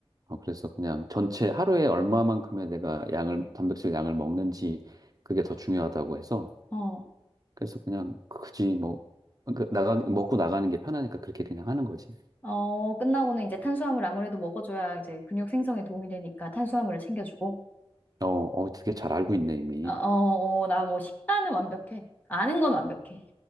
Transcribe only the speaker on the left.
어.
어, 끝나고는 이제 탄수화물 아무래도 먹어줘야 이제 근육 생성에 도움이 되니까 탄수화물을 챙겨주고.
어, 어, 어, 나 뭐 식단은 완벽해. 아는 건 완벽해.